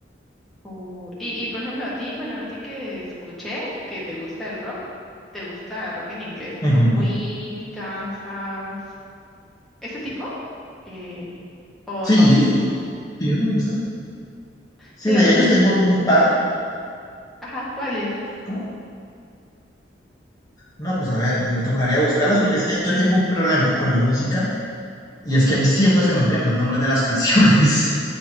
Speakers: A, in the centre; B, on the left.
A: Uh, y, y por ejemplo, a ti, bueno, a ti que escuché que te gusta el rock, ¿te gusta rock en inglés como
B: Ujú.
A: Queen, Kansas, ese tipo? Eh, ¿o
B: Sí,
A: no?
B: sí, me gusta. Sí,
A: Sí, la
B: de
A: verdad.
B: ellos tengo un par.
A: Ajá, ¿cuáles?
B: ¿Cómo? No, pues a ver, me tocaría buscarlas porque es que yo tengo un problema con la música y es que a mí siempre se me olvidan los nombres de las <laughs> canciones.